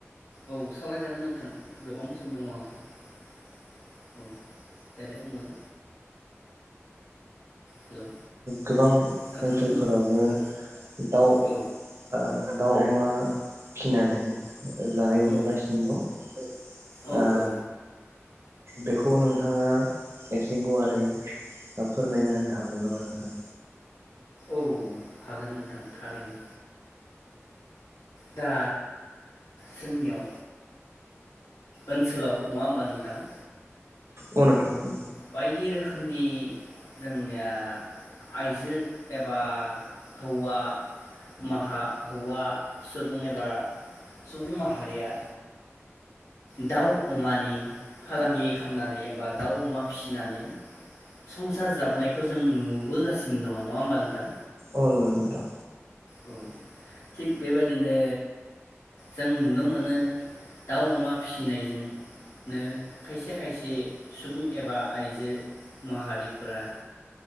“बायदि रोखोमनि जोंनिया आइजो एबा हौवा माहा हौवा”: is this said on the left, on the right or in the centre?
Left